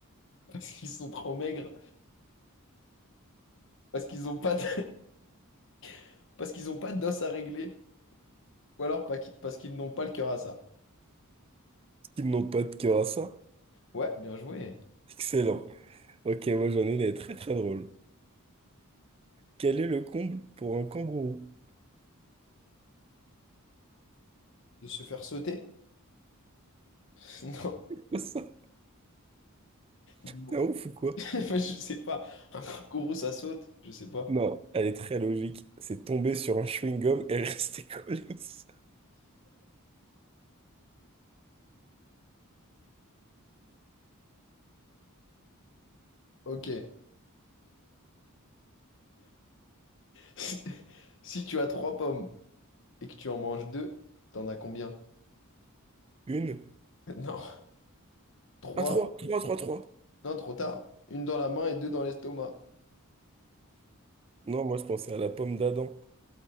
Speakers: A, on the left; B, on the right.
A: <laughs> parce qu'ils sont trop maigres. Parce qu'ils ont pas de... <laughs> parce qu'ils ont pas d'os à régler. Ou alors pas qui- parce qu'ils n'ont pas le cœur à ça.
B: Qu'ils n'ont pas de cœur à ça?
A: Ouais, bien joué.
B: Excellent. Ok, moi j'en ai une, elle est très très drôle. Quel est le comble pour un kangourou?
A: De se faire sauter? <laughs>
B: <laughs> Ça,
A: Non.
B: T'es un ouf ou quoi?
A: <laughs> Je sais pas. Un kangourou, ça saute? Je sais pas.
B: Non, elle est très logique. C'est tomber sur un chewing-gum et rester collé <laughs> au sol.
A: Ok. <laughs> Si tu as trois pommes et que tu en manges deux, t'en as combien?
B: Une.
A: <laughs> Non. Trois.
B: Ah, trois, trois, trois, trois.
A: Non, trop tard. Une dans la main et deux dans l'estomac.
B: Non, moi je pensais à la pomme d'Adam.